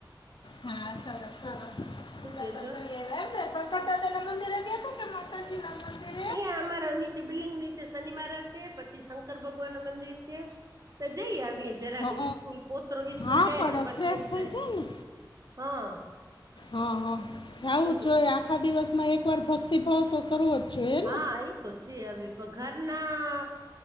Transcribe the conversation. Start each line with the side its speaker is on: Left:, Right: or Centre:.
Left: હા, સરસ સરસ
Right: શું
Left: દર્શન
Right: કે છો
Left: કરાવ્યા એમને. દાદા ના મંદિર ગયા કે, માતાજી ના મંદિર?
Right: અહીં અમારા નીચે બિલ્ડિંગ નીચે, શનિ મહારાજ છે, પછી શંકર ભગવાન નું મંદિર છે. તો જઈ આવી. જરા
Left: હા
Right: કે, ઈસ્કુલ પોત્ર ઈસ્કૂલ
Left: હા
Right: જાય
Left: પણ
Right: તો, પછી
Left: ફ્રેશ
Right: એમ
Left: થઈ
Right: થાય
Left: જાય ને
Right: હા.
Left: હા, હા જાવું
Right: શું કે
Left: જોઈ, આખા દિવસમાં એક વાર ભક્તિભાવ તો કરવો જ. જોઈએ ને
Right: હા, એ તો છે, હવે પણ ઘરના